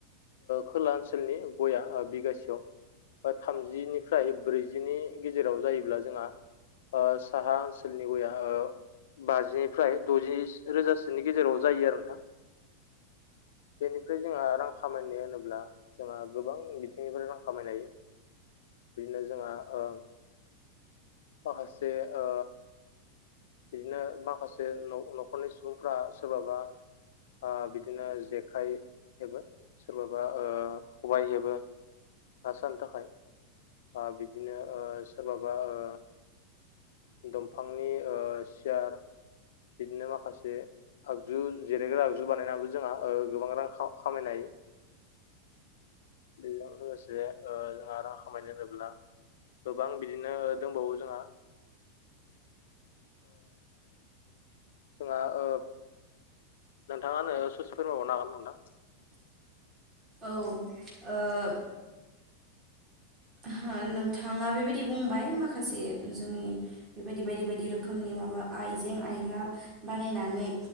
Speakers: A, on the left; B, on the right.
A: खोला ओनसोलनि गया बिगासेयाव थामजिनिफ्राय ब्रैजिनि गेजेराव जायोब्ला जोंहा ओ साहा ओनसोलनि गया ओ बाजिनिफ्राय द'जि रोजासोनि गेजेराव जायो आरो बेनिफ्राय जोंहा खामायनाय होनोब्ला जोंहा गोबां बिथिंनिफ्राय रां खामायनो हायो बिदिनो जोंहा ओ माखासे ओ बिदिनो माखासे न' न'खरनि सुबुंफ्रा सोरबाबा ओ बिदिनो जेखाइ हेबो सोरबाबा ओ खबाय हेबो ना सारानो थाखाय ओ बि बिदिनो ओ सोरबाबा ओ दंफांनि ओ सियार बिदिनो माखासे आगजु जिरायग्रा आगजु बानायनाबो जोंहा गोबां रां खामायनो हायो बेजों लोगोसे ओ जोंहा रां खामायनो होनोब्ला गोबां बिदिनो दंबावो जोंहा जोंहा ओ नोंथाङानो ससे फोरमायहरनो हागोन नोंथां
B: औ ओ ह नोंथाङा बेबायदि बुंबाय माखासे जोंनि बेबायदि बायदि बायदि रोखोमनि न आव आइजें आइला बानायनानै